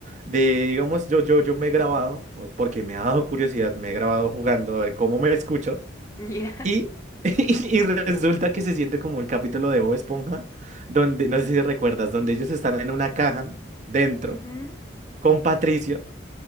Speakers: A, on the right; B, on the left.
A: De,
B: Ujú.
A: digamos, yo, yo, yo me he grabado, porque me ha dado curiosidad, me he grabado jugando a ver cómo me escucho.
B: Ya.
A: Y, <laughs> y resulta que se siente como el capítulo de Bob Esponja, donde, no sé si recuerdas, donde ellos están en una caja dentro
B: ujú.
A: con Patricio.